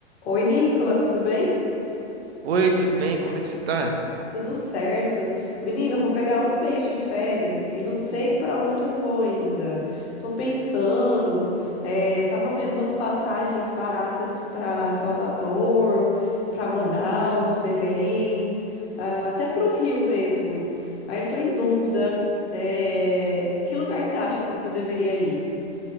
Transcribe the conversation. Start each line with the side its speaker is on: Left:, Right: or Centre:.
Left: Oi, Nicolas, tudo bem?
Right: Oi, tudo bem? Como é que você tá?
Left: Tudo certo. Menino, eu vou pegar um mês de férias e não sei pra onde eu vou ainda. Tô pensando, eh, tava vendo umas passagens baratas pra Salvador, pra Manaus, Belém, ah, até pro Rio mesmo. Aí eu tô em dúvida, eh, que lugar você acha assim que eu deveria ir?